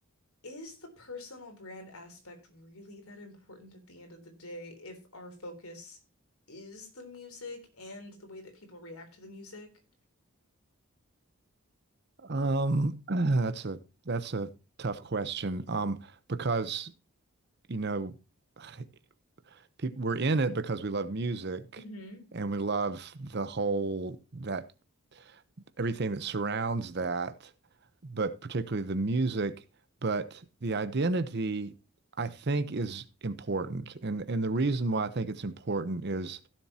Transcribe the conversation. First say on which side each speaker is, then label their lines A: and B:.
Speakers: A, on the left; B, on the right.
A: is the personal brand aspect really that important at the end of the day if our focus is the music and the way that people react to the music?
B: um <clears throat> that's a that's a tough question. Um because you know <sighs> pe- we're in it because we love music
A: hmm
B: and we love the whole that everything that surrounds that, but particularly the music, but the identity I think is important. And and the reason why I think it's important is